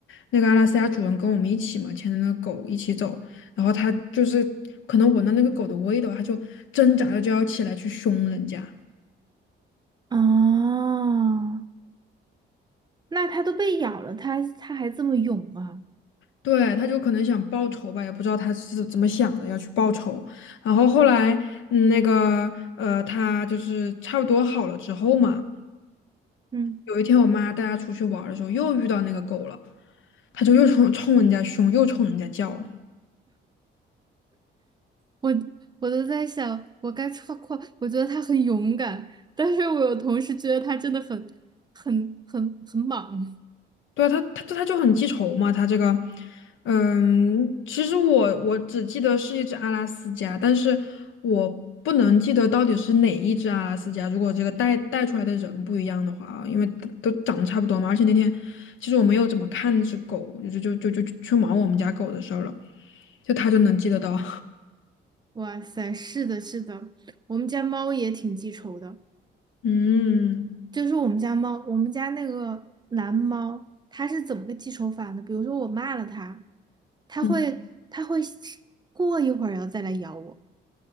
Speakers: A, on the left (about 75°); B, on the right (about 20°).
A: 那个阿拉斯加主人跟我们一起嘛，牵着那个狗一起走，然后它就是可能闻到那个狗的味道，它就挣扎着就要起来去凶人家。
B: 啊，那它都被咬了，它它还这么勇啊？
A: 对，他就可能想报仇吧，也不知道他是怎么想的，要去报仇。然后后来，嗯那个，呃，他就是差不多好了之后嘛，
B: 嗯，
A: 有一天我妈带他出去玩儿的时候，又遇到那个狗了，他就又冲冲人家凶，又冲人家叫。
B: 我我都在想，我该夸夸，我觉得它很勇敢，但是我有同时觉得它真的很很很很莽。
A: 对啊，他他他就很记仇嘛，他这个，嗯，其实我我只记得是一只阿拉斯加，但是我不能记得到底是哪一只阿拉斯加。如果这个带带出来的人不一样的话啊，因为都都长得差不多嘛，而且那天其实我没有怎么看那只狗，就就就就就去忙我们家狗的事儿了，就他就能记得到，
B: 哇塞，是的，是的，我们家猫也挺记仇的。
A: <laughs> 嗯
B: 就是我们家猫，我们家那个蓝猫，它是怎么个记仇法呢？比如说我骂了它，它会它会
A: 嗯，
B: 过一会儿然后再来咬我。